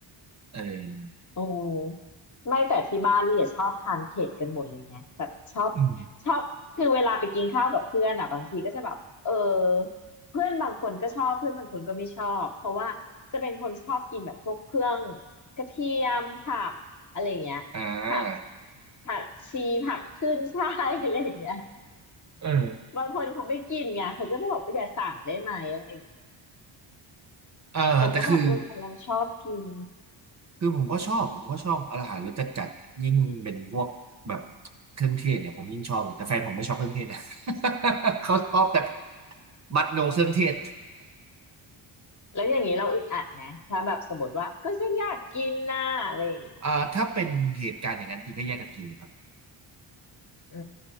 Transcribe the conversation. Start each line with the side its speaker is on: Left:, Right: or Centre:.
Right: เออ
Left: โอ้ไม่แต่ที่บ้านลี่อะชอบทานเผ็ดกันหมดเลยไงแบบชอบ
Right: อืม
Left: ชอบคือเวลาไปกินข้าวกับเพื่อนอ่ะบางทีก็จะแบบเออเพื่อนบางคนก็ชอบเพื่อนบางคนก็ไม่ชอบเพราะว่าจะเป็นคนชอบกินแบบพวกเครื่องกระเทียมผักอะไรอย่างเงี้ยผัก
Right: อ่า
Left: ผักชีผักขึ้นฉ่ายอะไรอย่างเงี้ย
Right: เออ
Left: บางคนเขาไม่กินไงเขาก็จะบอกว่าอย่าสั่งได้ไหมอะไรอย่างเงี้ย
Right: เออแต่คือ
Left: เราก็แบบเออแต่เราชอบกิน
Right: คือผมก็ชอบผมก็ชอบอาหารรสจัดจัดยิ่งเป็นพวกแบบเครื่องเทศเนี่ยผมยิ่งชอบเลยแต่แฟนผมไม่ชอบเครื่องเทศนะ <laughs> เขาชอบแต่บัตโนเครื่องเทศ
Left: แล้วอย่างนี้เราอึดอัดนะถ้าแบบสมมติว่าก็ฉันอยากกินน่ะอะไรอย่างเงี้ย
Right: อ่าถ้าเป็นเหตุการณ์อย่างนั้นจริงก็แยกกันกินเลยครับ
Left: อื